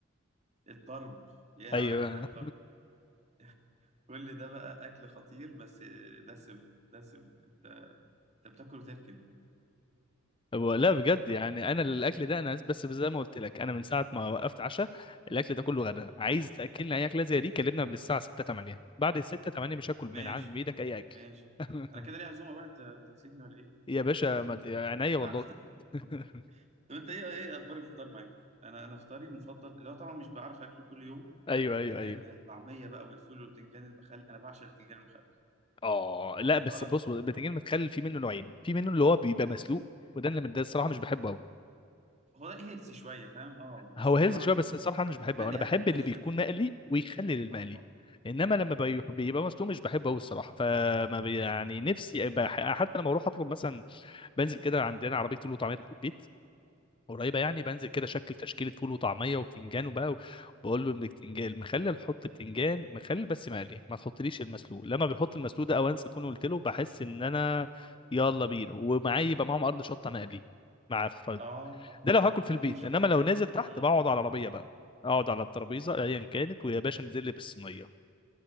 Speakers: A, on the right; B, on the left.
A: الطرب يا
B: ايوه
A: على جمال الطرب <laughs> كل ده بقى أكل خطير بس دسم دسم أنت أنت بتاكل وتركن
B: هو لا بجد
A: يعني
B: يعني انا الاكل ده انا بس زي ما قلت لك انا من ساعه ما وقفت عشاء الاكل ده كله غدا عايز تاكلنا اي اكله زي دي كلمنا قبل الساعه 6 8 بعد ال 6 8 مش هاكل
A: ماشي
B: من عند بايدك اي اكل
A: ماشي
B: <laughs>
A: أنا كده ليه عزومة بقى أنت أنت نسيتني ولا إيه؟
B: يا باشا
A: عزومة
B: ما ت- عينيا
A: الساعة
B: والله <laughs>
A: <laughs> طب أنت إيه إيه أخبار الفطار معاك؟ أنا أنا فطاري المفضل اللي هو طبعا مش بعرف أكله كل يوم
B: ايوه ايوه
A: ال-
B: ايوه
A: الطعمية بقى والفول والبتنجان المخلل أنا بعشق البتنجان المخلل
B: اه لا بس
A: سلطة
B: بص
A: خضراء
B: البتنجان المتخلل في منه نوعين في منه اللي هو بيبقى مسلوق وده اللي ده الصراحه مش بحبه
A: هو ده هيلسي شوية فاهم؟ أه
B: هو
A: بس
B: هيلث
A: طبعا
B: شويه بس الصراحه انا مش بحبه
A: المقلي
B: انا بحب
A: أحلى
B: اللي
A: <laughs>
B: بيكون مقلي ويخلي للمقلي
A: أه طبعا
B: انما لما بي- بيبقى مسلوق مش بحبه قوي الصراحه فما بي- يعني نفسي بح- حتى لما اروح اطلب مثلا بنزل كده عندنا عربيه فول وطعميه تحت البيت قريبه يعني بنزل كده شكل تشكيله فول وطعميه وبتنجان وبقى بقول له البتنجان المخلل حط بتنجان مخلل بس مقلي ما تحطليش المسلوق لما بيحط المسلوق ده او انسى اكون قلت له بحس ان انا يلا بينا ومعايا يبقى معاهم قرن شطه مقلي مع
A: اه اه
B: ده لو هاكل في البيت
A: قرنين شطه
B: انما لو
A: كده
B: نازل
A: مقليين
B: تحت بقعد على العربيه بقى اقعد على الترابيزه ايا كانت ويا باشا انزل لي بالصينيه